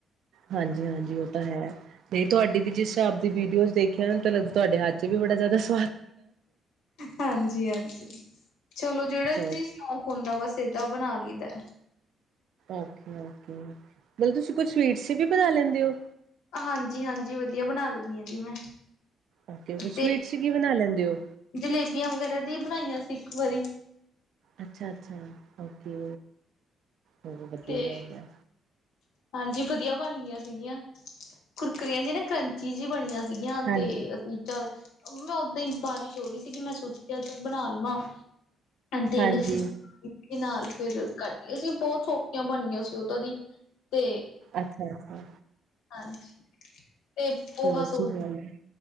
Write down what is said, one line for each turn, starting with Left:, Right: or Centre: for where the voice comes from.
Right: ਹਾਂਜੀ-ਹਾਂਜੀ ਓ ਤਾਂ ਹੈ। ਨਈ ਤੁਹਾਡੀ ਵੀ ਜਿਸ ਸਾਬ ਦੀ ਵੀਡੀਓਜ਼ ਦੇਖੀਆਂ ਮੈਨੂੰ ਤਾਂ ਲੱਗ ਤੁਹਾਡੇ ਹੱ 'ਚ ਵੀ ਬੜਾ ਜਿਆਦਾ ਸ
Left: ਹਾਂਜੀ-ਹਾਂਜੀ, ਚਲੋ ਜੇੜੇ
Right: ਚਲੋ
Left: ਜੀ ਸ਼ੌਕ ਹੁੰਦਾ ਬਸ ਏਦਾਂ ਬਣਾ ਲਈਦੈ।
Right: ਓਕੇ-ਓਕੇ ਮਤਲਬ ਤੁਸੀਂ ਕੋਈ ਸਵੀਟਸ ਵੀ ਬਣਾ ਲੈਂਦੇ ਓ?
Left: ਹਾਂਜੀ-ਹਾਂਜੀ ਵਧੀਆ ਬਣਾ ਲੈਂਨੀ ਆ ਜੀ ਮੈਂ।
Right: ਓਕੇ ਓ ਸਵੀਟਸ
Left: ਤੇ
Right: 'ਚ ਕੀ ਬਣਾ ਲੈਂਦੇ ਓ?
Left: ਜਲੇਬੀਆਂ ਵਗੈਰਾ ਦੀ ਬਣਾਈਆਂ ਸੀ ਇੱਕ ਵਾਰੀ।
Right: ਅੱਛਾ-ਅੱਛਾ ਓਕੇ, ਹੋ ਵਧੀਆ
Left: ਤੇ
Right: ਗੱਲ ਐ।
Left: ਹਾਂਜੀ ਵਧੀਆ ਬਣ ਗਈਆਂ ਸੀਗੀਆਂ, ਕੁਰਕਰੀਆਂ ਜੀ ਨਾ ਕਰੰਚੀ ਜੀ ਬਣੀਆਂ ਸੀਗੀਆਂ ਹਣ
Right: ਹਾਂ
Left: 'ਤੇ ਅਸੀਂ ਚਲ ਮੈਂ ਉਦਾਂ ਈ ਬਾਰਿਸ਼ ਹੋ ਰੀ ਸੀਗੀ ਮੈਂ ਸੋਚਿਆਂ ਚਲ ਬਣਾ ਲਮਾ। ਹਣ 'ਤੇ
Right: ਹਾਂਜੀ,
Left: ਮੇਰੀ ਸਿਸ ਨਾਲ ਫਿਰ ਕਰਲੀਆਂ ਸੀ ਬੋਤ ਸੌਖੀਆਂ ਬਣਗੀਆਂ ਸੀ ਓ ਤਾਂ ਦੀ। ਤੇ
Right: ਅੱਛਾ-ਅੱਛਾ।
Left: ਹਾਂਜੀ 'ਤੇ ਪੋਹਾ
Right: ਚਲੋ ਅੱਛੀ
Left: ਸੋ
Right: ਗੱਲ ਐ।